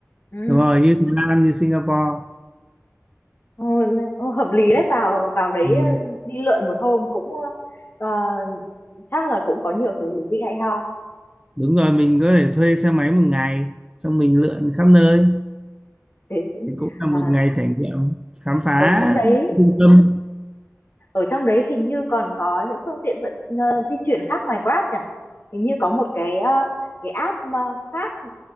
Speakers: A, on the left (about 45°); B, on the right (about 15°).
A: Ừ,
B: đúng rồi như Thái Lan như Singapore
A: ừ, ừ, hợp lý đấy vào vào đấy
B: Ừm,
A: ờ, đi lượn một hôm cũng ờ, chắc là cũng có nhiều thứ thú vị hay ho.
B: đúng rồi mình có thể thuê xe máy một ngày xong mình lượn khắp nơi
A: Thế
B: thì cũng là
A: ờ,
B: một ngày trải nghiệm khám phá
A: ở trong đấy
B: trung tâm
A: ở trong đấy hình như còn có những phương tiện vận ờ, di chuyển khác ngoài Grab nhỉ hình như có một cái ờ, cái app mà khác ừ,